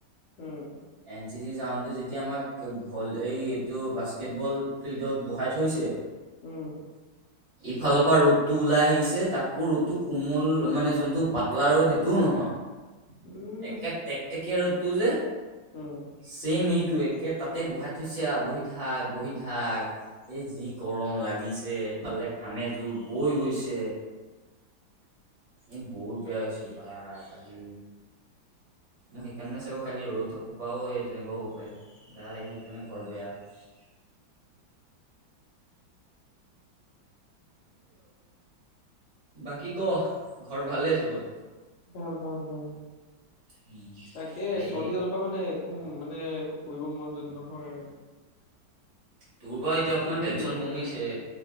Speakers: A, on the left; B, on the right.
A: উম।
B: এন চি চি জাউতেটো যেতিয়া আমাক ভল এই এইটো বাস্কেটবল ফিল্ডত বহাই থৈছে।
A: উম।
B: <unintelligible> ইফালৰ পৰা ৰ'দটো ওলাই আহিছে তাকো ৰ'দটো কোমল মানে যোনটো পাতলা ৰ'দ সেইটোও নহয়।
A: উম
B: একে টেকটেকীয়া ৰ'দটো যে
A: উম।
B: ছেম সেইটো একে তাতে বহাই থৈছে বহি থাক বহি থাক এই যি গৰম লাগিছে এইফালে ঘামে জোল বৈ গৈছে। এ বহুত বেয়া হৈছে বা কালি মই সেইকাৰণে চাগো কালি ৰ'দত থাকা পাও তেনেকুৱাও হ'ব পায়। গা সেইকাৰণে ঘৰত বেয়া। বাকী ক ঘৰত ভালেই চবৰ?
A: ভাল ভাল ভাল
B: উম,
A: তাকে
B: হেৰি
A: চৰ্দি দালৰপা মানে একো মানে একো কৰিব মন য নহয়।
B: তোৰ বা এতিয়া অকনমান
A: শুইহে
B: টেনচন
A: থাকিব মন
B: কমিছে
A: গৈছে মোৰ